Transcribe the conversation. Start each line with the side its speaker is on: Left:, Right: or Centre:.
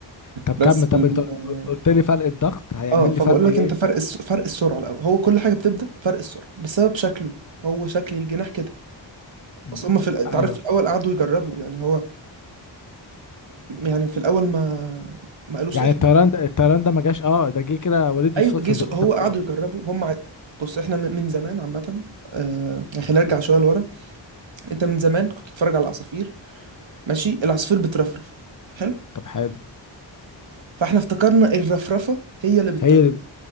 Left: طب
Right: بس
Left: كمل طب
Right: في ال-
Left: انت قلت لي فرق الضغط هيعمل
Right: اه فبقول
Left: لي فرق ايه
Right: لك انت فرق الس... فرق السرعه الاول هو كل حاجه بتبدا فرق السرعه بسبب شكله هو شكل الجناح كده
Left: ب-
Right: اصل هم في ال... انت
Left: ايوه
Right: عارف في الاول قعدوا يجربوا يعني هو يعني في الاول ما ما قالوش
Left: يعني
Right: احنا
Left: الطيران ده الطيران ده ما جاش اه ده جه كده وليد
Right: ايوه
Left: الصدفه
Right: جه سؤ-
Left: زي ما انت
Right: هو
Left: بتقول
Right: قعدوا يجربوا هم ع... بص احنا من من زمان عامه آه... يعني خلينا نرجع شويه لورا انت من زمان كنت تتفرج على العصافير ماشي العصفور بترفرف حلو
Left: طب حلو
Right: فاحنا افتكرنا الرفرفه هي اللي بتطير
Left: هي ال-